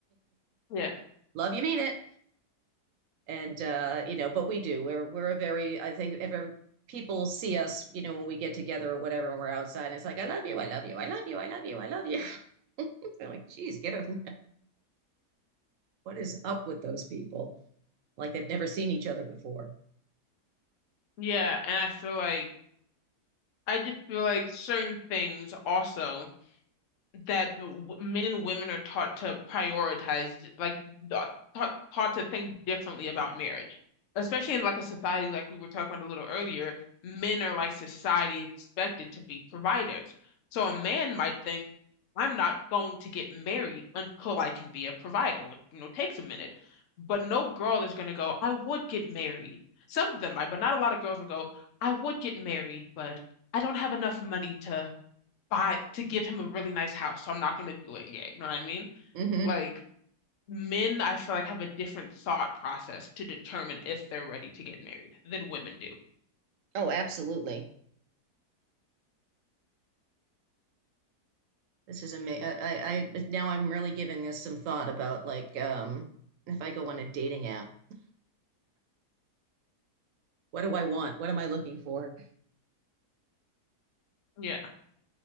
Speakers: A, on the left (about 55°); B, on the right (about 65°).
A: Yeah.
B: Love you, mean it, and uh, you know, but we do. We're we're a very I think if ever people see us, you know, when we get together or whatever, and we're outside, and it's like I love you, I love you, I love you, I love you, I love you. <laughs> They're like, geez, get a, what is up with those people? like they've never seen each other before.
A: Yeah. And I feel like I just feel like certain things also that w- men and women are taught to prioritize, like taught taught to think differently about marriage, especially in like a society like we were talking about a little earlier. Men are like society expected to be providers. So a man might think, I'm not going to get married until I can be a provider, which you know takes a minute. But no girl is going to go, I would get married. Some of them might, but not a lot of girls will go, I would get married, but I don't have enough money to buy to give him a really nice house, so I'm not gonna do it yet. You know what I mean?
B: hmm
A: Like men, I feel like have a different thought process to determine if they're ready to get married than women do.
B: Oh, absolutely. This is amazing. I, I, I, now I'm really giving this some thought about like, um, if I go on a dating app, what do I want? What am I looking for?
A: Yeah.